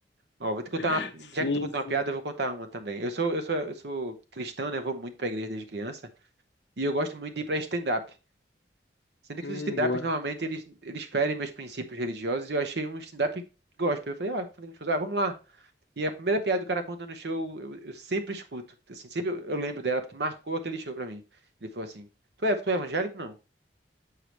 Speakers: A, on the right; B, on the left.
A: Ó, vou te contar
B: <laughs>
A: uma...
B: Sim,
A: Já que tu contou
B: sim.
A: uma piada, eu vou contar uma também. Eu sou, eu sou, eu sou cristão, né? Vou muito pra igreja desde criança. E eu gosto muito de ir pra stand-up. Sendo
B: Hum,
A: que os stand-ups,
B: boa.
A: normalmente, eles, eles ferem meus princípios religiosos. E eu achei um stand-up gospel. Eu falei, ah, falei com os meus amigos, ah, vamos lá. E a primeira piada do cara contando no show, eu, eu sempre escuto. Assim, sempre eu, eu lembro dela, porque marcou aquele show pra mim. Ele falou assim, tu é, tu é evangélico? Não.